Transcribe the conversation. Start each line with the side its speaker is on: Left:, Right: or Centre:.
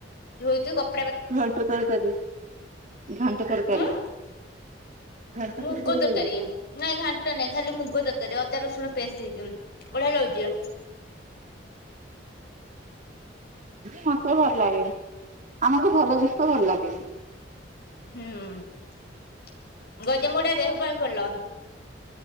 Left: ଏଇ ହେଉଛି ଗପ।
Right: ଘାଣ୍ଟ ତରକାରୀ ଘାଣ୍ଟ ତରକାରୀ।
Left: ହୁଁ
Right: ଘାଣ୍ଟ
Left: ମୁଗ ତରକାରୀ।
Right: କରିବୁ
Left: ନାଇଁ ଘାଣ୍ଟ ନାଇଁ ଖାଲି ମୁଗ ତରକାରୀ ଆଉ ଅଦା ରସୁଣ ପେଷ୍ଟ ହେଇଚି ବଢିଆ ଲାଗୁଛି।
Right: ମତେ ଭଲ ଲାଗେନି ଆମକୁ ଭଲ ଜିନିଷ ଭଲ ଲାଗେନି।
Left: ହୁଁ ଗଜା ମୁଗ ଟା ଦେହ ପାଇଁ ଭଲ।